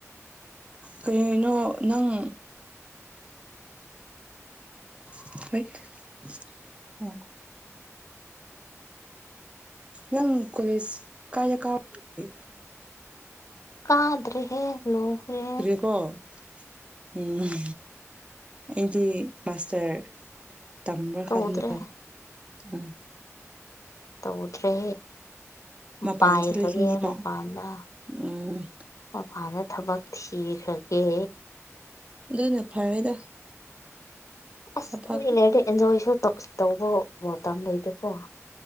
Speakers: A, on the right; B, on the left.
A: ꯀꯩꯍꯩꯅꯣ ꯅꯪ <unintelligible> ꯌꯪ ꯀꯣꯂꯦꯁ ꯀꯥꯏꯗ꯫ ꯀꯥ <inaudible> ꯑꯣꯏ
B: ꯀꯥꯗ꯭ꯔꯦꯍꯦ ꯂꯣꯍ꯭ꯔꯦ
A: ꯀꯣ ꯎꯝ ꯑꯩꯗꯤ ꯃꯥꯁꯇꯔ ꯇꯝꯕ꯭ꯔ
B: ꯇꯧꯗ꯭ꯔꯦ
A: ꯈꯥꯟꯕꯅꯦ ꯎꯝ
B: ꯇꯧꯗ꯭ꯔꯦ
A: ꯃꯄꯥꯟ
B: ꯄꯥꯏꯈ꯭ꯔꯒꯦ
A: ꯆꯠꯂꯤꯁꯤꯅꯦꯕ
B: ꯃꯄꯥꯟꯗ
A: ꯎꯝ
B: ꯃꯄꯥꯟꯗ ꯊꯕꯛ ꯊꯤꯈ꯭ꯔꯒꯦ
A: ꯑꯗꯨꯅ ꯐꯔꯦꯗ
B: ꯑꯁ
A: ꯊꯕꯛ
B: ꯅꯪꯗꯤ ꯂꯩꯔ ꯑꯦꯟꯖꯣꯏꯁꯨ ꯇꯧꯕ ꯃꯇꯝ ꯂꯩꯇꯦꯀꯣ